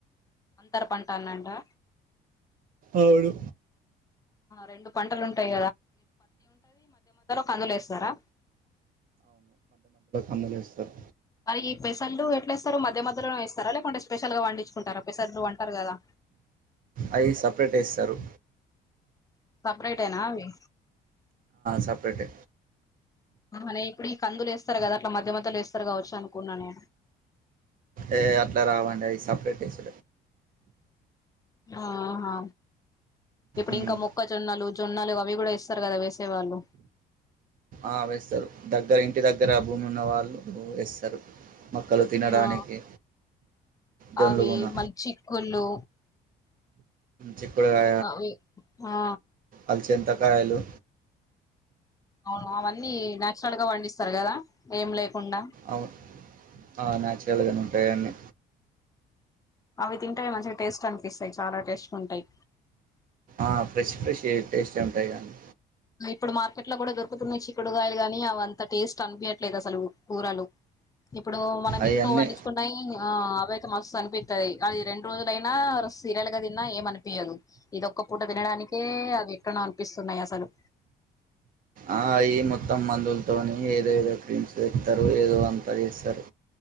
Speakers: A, on the left (about 20°); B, on the right (about 55°).
A: అంతర పంటన్నడా
B: అవును
A: రెండు పంటలు ఉంటాయి కందులేస్తారా
B: అందలేస్తారు
A: మరి పెసళ్ళు ఎట్లేస్తారు మధ్య మధ్యలోనే వేస్తారా, లేకుంటే స్పెషల్ గా పండించుకుంటారా, పెసళ్ళూ అంటారు గదా
B: అవి సపరేట్ వేస్తారు
A: సెపరేటేనా అవి
B: సపరేటే
A: అహా ఇప్పుడు ఈ కందులేస్తారు కదా అట్లా మధ్య మధ్యలో వస్తరు కావచ్చనుకున్నాను
B: ఏ అట్లా రావండి అది సపరేట్ టేస్
A: ఆహా ఇప్పుడు
B: ఉమ్,
A: ఇంకా మొక్కజొన్నలు జున్నలు అవి గూడా ఏస్తరు కదా వేసే వాళ్ళు.
B: ఆ వేస్తారు దగ్గర ఇంటి దగ్గర భూమి ఉన్న వాళ్ళు వేస్తారు మొక్కలు తినడానికి
A: ఆ
B: జంలుగున్న
A: అవి మళ్ళీ చిక్కుళ్ళు
B: చకుడుగా
A: అవి ఆ
B: అల్చ కాయలు
A: అవును అవన్నీ నచురల్ గా పండిస్తారు కదా ఏం లేకుండా
B: అవు- ఆ నాచురల్ గానే ఉంటాయి అన్నీ
A: అవి తింటాయి మంచిగా టేస్ట్ అనిపిస్తాయి చాలా టేస్ట్ ఉంటాయి
B: ఆ ఫ్రెష్ ఫ్రెష్ టేస్ట్ ఉంటాయి కానీ
A: ఇప్పుడు మార్కెట్ లో కూడా దొరుకుతున్నాయి చిక్కుడుగాయలు కాని అవంత టేస్ట్ అనిపించట్లేదు అసలు కూరలు ఇప్పుడు మనం
B: అవన్నీ
A: ఇంట్లో వండించుకున్నా ఆ అవేతే మస్తు అనిపిస్తుది అది రెండు రోజులైనా సీరియల్ గా తిన్నా ఏమనిపయదు ఇద ఒక్క పూట తినడానికే అవి ఎక్కడనో అనిపిస్తున్నాయి అసలు
B: ఆ అయి మొత్తం మందులతోని ఏదో ఏదో క్రీమ్స్ పెడతరు ఏదో అంతా చేస్తారు